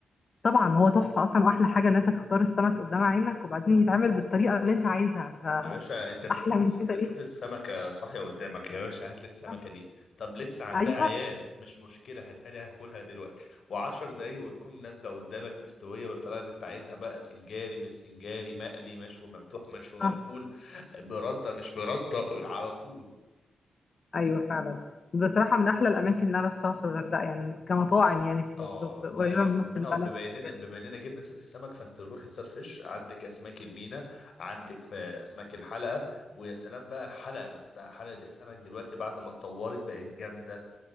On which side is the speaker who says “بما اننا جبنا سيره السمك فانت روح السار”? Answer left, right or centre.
Left